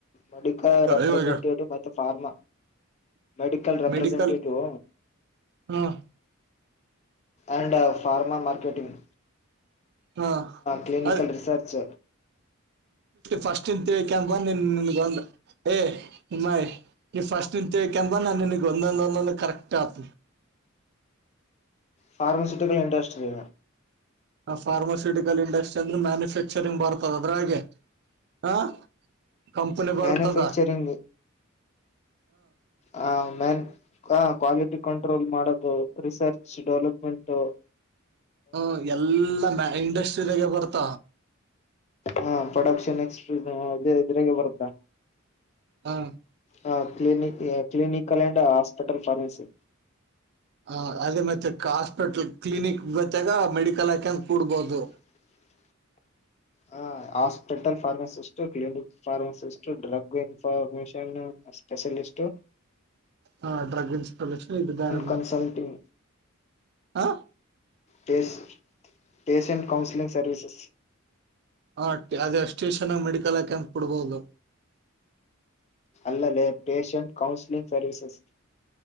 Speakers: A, on the left (about 30°); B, on the right (about 55°).
A: ಮೆಡಿಕಲ್ ರೆಪ್ರೆಸೆಂಟೇಟಿವ್
B: ಇವಾಗ
A: ಮತ್ತು ಫಾರ್ಮಾ ಮೆಡಿಕಲ್ ರೆಪ್ರೆಸೆಂಟೆಟಿವ್
B: ಮೆಡಿಕಲ್ ಹಾ
A: ಅಂಡಂಡ್ ಫಾರ್ಮಾ ಮಾರ್ಕೆಟಿಂಗ್
B: ಹಾ
A: ಕ್ಲಿನಿಕಲ್
B: ಅದ
A: ರಿಸರ್ಚ್
B: ಫಸ್ಟ್ ಇನ್ ತಿಳ್ಕ ಬಂದನ್ ನಿನ್ಗ ಬಂದ ಏ್ ನಿಮ್ಮಾಯ ನೀ ಫಸ್ಟ್ ನಿ ತಿೇಕ ಬ ನ ನಿನ್ಗ ಒಂದೊಂದ ಒಂದೊಂದು ಕರೆಕ್ಟ್ ಆಗ್ತಿ
A: ಫಾರ್ಮಸ್ಯೂಟಿಕಲ್ ಇಂಟ್ರಸ್ಟ್ರಿ
B: ಫಾರ್ಮಾಸ್ಯೂಟಿಕಲ್ ಇಂಡಸ್ಟ್ರಿ ಅಂದ್ರೆ ಮ್ಯಾನುಫ್ಯಾಕ್ಚರಿಂಗ್ ಬರ್ತದ ಅದ್ರ ಹಾಗೆ ಹ ಕಂಪನಿ ಬಾರತಾ
A: ಮ್ಯಾನುಫ್ಯಾಕ್ಚರಿಂಗ್ ಹ ಮ್ಯಾನ್ ಹ ಕ್ವಾಲಿಟಿ ಕಂಟ್ರೋಲ್ ಮಾಡೋದು ರಿಸರ್ಚ್ ಡೆವಲಪ್ಮೆಂಟ್ು
B: ಹ ಎಲ್ಲಾ ಮ ಇಂಡಸ್ಟ್ರಿಿದಾಗ ಬರ್ತ
A: ಹಾ ಪ್ರೊಡಕ್ಷನ್ ಎಕ್ಸ್್ರ ಇದ್ರಾಗ ಬರುತ್ತಾ
B: ಹಾ
A: ಹ ಕ್ಲಿನಿಕ್ ಕ್ಲಿನಿಕ್ ಅಲ್ಯಂಡ ಹಾಸ್ಪಿಟಲ್ ಫಾರ್ಮಸಿ
B: ಹ ಅದೇ ಮತ್ತೆ ಹಾಸ್ಪಿಟ್ಲ್ ಕ್ಲಿನಿಕ್ ಬತೆಾಗ ಮೆಡಿಕಲ್ ಹಾಕೆ ಕೂಡ್ಬೋದು
A: ಹ್ಞೂ ಹ ಹಾಸ್ಪಿಟಲ್ ಫಾರ್ಮಸಿಸ್ಟ್ ಕ್ಲಬಿಕ್ ಫಾರ್ಮಸಿಸ್ಟ್ ಡ್ರಗ್ ಇನ್ಫಾರ್ಮೇಶನ್ ಸ್ಪೆಷಲಿಸ್ಟ
B: ಹಾ ಡ್ರಗ್ ಇನ್ಸ್ಟಾಲೂಷನ್ ಇದು ದಾರ
A: ಕನ್ಸಲ್ಟಿಂಗ್
B: ಹ
A: ಪ ಪಷಂಟ್ ಕೌನ್ಸಿಲಿಂಗ್ ಸರ್ವೀಸಸ್
B: ಹ ಅದೇ ಸ್ಟೇಷನ್ ಮೆಡಿಕಲ್ ಕ್ಯಾಂಪ್ ಕೊಡ್ಬಹದು
A: ಅಲ್ಲದೆೇ ಪೇಷ್ಯಂಟ್ ಕೌನ್ಸಿಲಿಂಗ್ ಸರ್ವೀಸಸ್